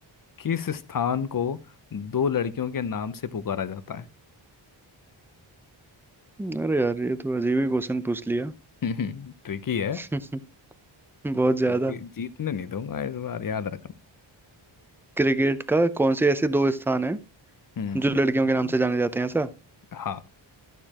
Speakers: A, on the left; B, in the centre.
A: किस स्थान को दो लड़कियों के नाम से पुकारा जाता है
B: हम्म। अरे यार ये तो अजीब ही क्वेश्चन पूछ लिया
A: <laughs> ट्रिकी है
B: <laughs> बहुत ज्यादा
A: जी- जीतने नहीं दूंगा इस बार याद रखना
B: क्रिकेट का कौन से ऐसे दो स्थान हैं
A: हम्म
B: जो लड़कियों
A: जी-
B: के नाम से जाने जाते हैं ऐसा
A: हाँ